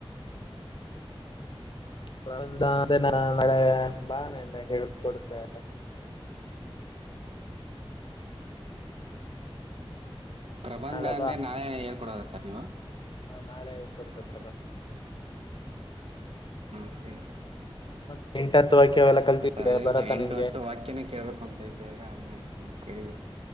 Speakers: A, on the left; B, on the right.
A: ಅ ಪ್ರಬಂಧ ಅದೇ ನಾಳೆ ಬಾ ನಾ ಎಲ್ಲಾ ಹೇಳ್ ಕೊಡ್ತೆ.
B: ಪ್ರಬಂಧ
A: ನಾಳೆ
B: ಅಂದೆ ನಾಳೆ ಹೇಳ್ಕೊಡೋದ ಸರ್ ನೀವು.
A: ಹ ನಾಳೆ ಕೊಡ್ತ
B: ಹಾಂ
A: ಪ್ರಭ
B: ಹ ಸ
A: ಮತ್ತೆ ಎಂಟತ್ತು ವಾಕ್ಯ ಅವೆಲ್ಲ ಕಲ್ತಿದ್ದೆ
B: ಸರ್ ಅದೇ
A: ಬರತ್ತಾ
B: ಸರ್ ಎಂಟು
A: ನಿಂಗೆ
B: ಹತ್ತು ವಾಕ್ಯನ ಕೇಳ್ಬೇಕು. ಅಂತ ಇದ್ದ ಈಗ ಅನ್ನೇ ನೀ ಕೇಳ